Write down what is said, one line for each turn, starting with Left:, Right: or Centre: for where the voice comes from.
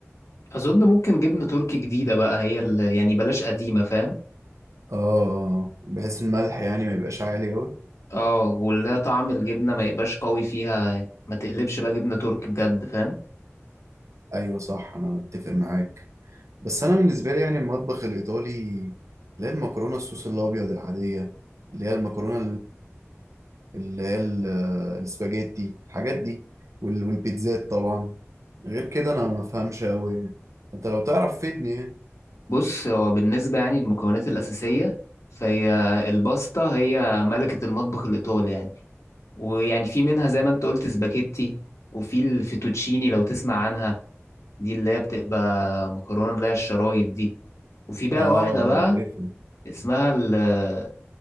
Left: اظن ممكن جبنه تركي جديده بقى هي اللي يعني بلاش قديمه فاهم
Right: اه آه، بحيث الملح يعني ما يبقاش عالي قوي
Left: اه ولا طعم الجبنه ما يبقاش قوي فيها ما تقلبش بقى جبنه تركي بجد فاهم
Right: ايوه صح انا اتفق معاك بس انا بالنسبة لي يعني المطبخ الايطالي اللي هي المكرونة الصوص الابيض العادية اللي هي المكرونة اللي هي ال- السباجيتي الحاجات دي وال- والبيتزات طبعا غير كده انا ما افهمش قوي يعني. انت لو تعرف فيدني يعني
Left: بص هو بالنسبه يعني للمكونات الاساسيه فهي الباستا هي ملكه المطبخ الايطالي يعني ويعني في منها زي ما انت قلت سباكيتي وفي الفيتوتشيني لو تسمع عنها دي اللي هي بتبقى مكرونة اللي هي الشرايط دي وفي بقى
Right: اه آه،
Left: واحدة بقى
Right: عارفها
Left: اسمها ال-